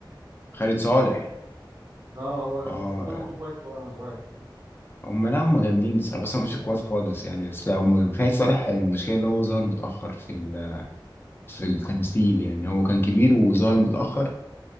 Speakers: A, on the left (about 25°); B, on the right (about 30°).
A: خالد صالح
B: اه هو ده
A: اه
B: كنت فاكرهم اخوات وانا صغير
A: هم لا هم جامدين الصراحه بس انا مش كويس خالص يعني بس لا هم جامدين خالد صالح المشكله اللي هو ظهر متاخر في ال- في التمثيل يعني هو كان كبير وظهر متاخر